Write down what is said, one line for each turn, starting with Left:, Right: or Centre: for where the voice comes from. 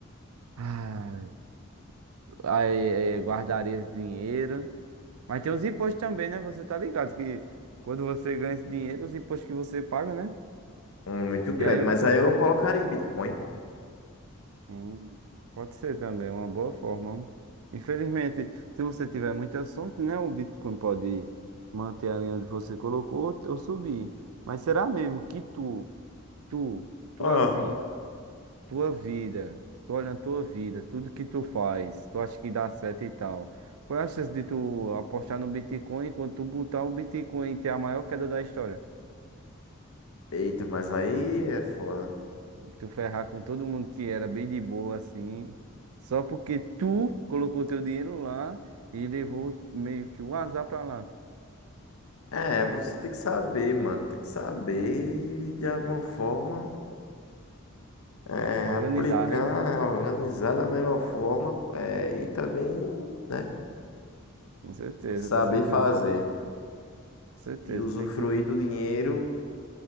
Right: Ai, aí, eh, guardaria esse dinheiro. Mas tem os impostos também, né? Você tá ligado que quando você ganha esse dinheiro, os impostos que você paga, né?
Left: hum, muito grande,
Right: E aí o
Left: mas
Right: que tu.
Left: aí eu colocaria em Bitcoin.
Right: Hum, pode ser também, uma boa forma. Infelizmente, se você tiver muita sorte, né? O Bitcoin pode manter ali onde você colocou ou subir. Mas será mesmo que tu, tu, tu
Left: Ah.
Right: assim, tua vida, tu olhando tua vida, tudo que tu faz, tu acha que dá certo e tal. Qual é a chance de tu apostar no Bitcoin e quando tu botar o Bitcoin ter a maior queda da história?
Left: Eita, mas aí é foda.
Right: Tu ferrar com todo mundo que era bem de boa assim, só porque tu colocou teu dinheiro lá e levou meio que o azar pra lá.
Left: É, você tem que saber, mano. Tem que saber de alguma forma é,
Right: Organizar,
Left: aplicar,
Right: né?
Left: organizar da melhor forma é, e também, né,
Right: Com certeza,
Left: saber
Right: com certeza,
Left: fazer
Right: né? Com certeza.
Left: e usufruir
Right: Tem que.
Left: do dinheiro